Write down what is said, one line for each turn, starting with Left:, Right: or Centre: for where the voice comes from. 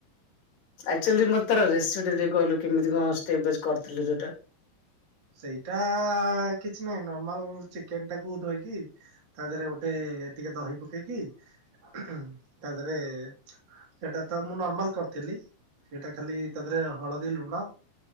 Left: ଆକ୍ଚୁଆଲି ମ ତାର ରେସିପି ଟିକେ କହିଲୁ କେମିତି କଣ ଷ୍ଟେବ ବାଜ୍ କରିଥିଲୁ ଯୋଉଟା।
Right: ସେଇଟା କିଛି ନାହିଁ ନର୍ମାଲ ଚିକେନ ଟାକୁ ଧୋଇକି ତା ଦେହରେ ଗୋଟେ ଟିକେ ଦହି ପକେଇକି ତା ଦେହରେ ସେଟା ତ ମୁଁ ନର୍ମାଲ କରିଥେଲି ସେଟା ଖାଲି ତା ଦେହରେ ହଳଦୀ ଲୁଣ